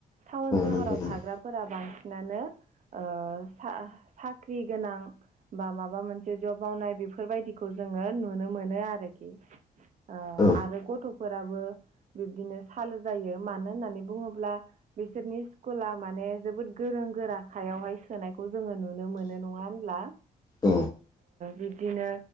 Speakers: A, on the right; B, on the left.
A: टाउन सहराव
B: नंगौ नंगौ
A: थाग्राफोरा बांसिनानो ओ साख्रि गोनां बा माबा मोनसे जब मावनाय बेफोरबायदिखौ जोङो नुनो मोनो आरोखि। ओ
B: औ
A: आरो गथ'फोराबो बिब्दिनो सालु जायो। मानो होननानै बुङोब्ला बिसोरनि स्कुला माने जोबोद गोरों गोराखायावहाय सोनायखौ जोङो नुनो मोनो नङा नङा होनब्ला।
B: औ
A: बिब्दिनो